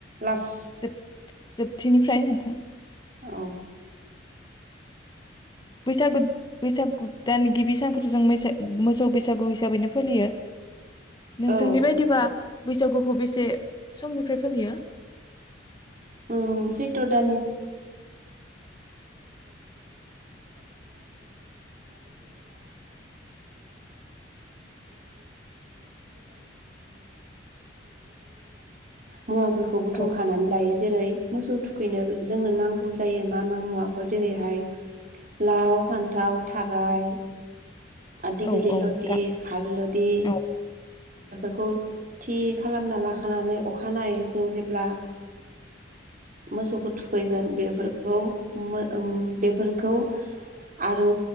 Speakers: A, on the right (about 45°); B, on the left (about 25°).
A: लास
B: जोब जोबथिनिफ्राय नोंथां
A: औ
B: बैसागु बैसागु दान गिबि सानखौथ जों मैसे मोसौ बैसागु हिसाबैनो फालियो नोंजोंनि
A: औ
B: बायदिबा बैसागुखौ बेसे समनिफ्राय फालियो
A: औ सैथ्र दाननि मुवाफोरखौ बुथुमखानानै
B: औ
A: लायो जेरै मोसौ थुखैनो जोंनो नांगौ जायो मा मा मुवाखौ जेरैहाय लाव फान्थाव थाराय आदि
B: औ
A: गलि
B: औ
A: लतदि
B: नोंथां
A: हालदी
B: औ
A: बेफोरखौ थि खालामना लाखानानै अखानायै जों जेब्ला मोसौखौ थुखैगोन बेफोरखौ मो ओम बेफोरखौ आरो